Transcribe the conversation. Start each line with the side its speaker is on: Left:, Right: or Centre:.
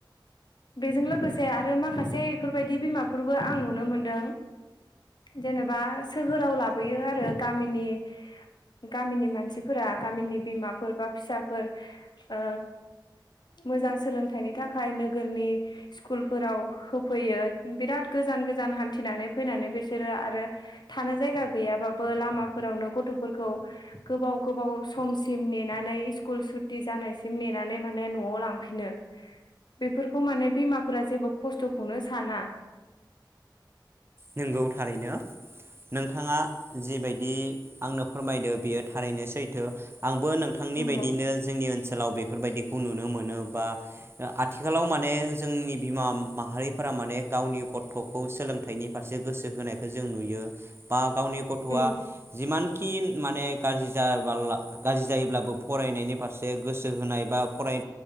Left: बेजों लोगोसे आरो माखासे बेफोरबायदि बिमाफोरबो आं नुनो मोनदों जेनेबा सोहोराव लाबोयो आरो गामिनि गामिनि मानसिफोरा गामिनि बिमाफोर बा फिसाफोर ओ मोजां सोलोंथाइनि थाखाय नोगोरनि स्कुलफोराव होफैयो बिराद गोजान गोजान हान्थिनानै फैनानै बिसोरो आरो थानो जायगा गैयाबाबो लामाफोरावनो गथ' फोरखौ गोबाव गोबाव समसिम नेनानै स्कुल सुटि जानायसिम नेनानै माने न'आव लांफिनो बेफोरखौ माने बिमाफोरा जेबो खस्थ'खौनो साना।
Right: नंगौ थारैनो नोंथाङा जिबायदि आंनो फोरमायदो बियो थारैनो सैथो। आंबो नोंथांनि
Left: नंगौ
Right: बायदिनो जोंनि ओनोस ओनसोलाव बेफोरबायदिखौ नुनो मोनो बा आथिखालाव माने जोंनि बिमा माहारिफोरा माने गावनि गथ'खौ सोलोंथाइनि फारसे गोसो होनायखौ जों नुयो बा गावनि गथ'आ
Left: नंगौ
Right: जिमानखि माने गाज्रि जाया बाला गाज्रि जायोब्लाबो फरायनायनि फारसे गोसो होनाय बा फराय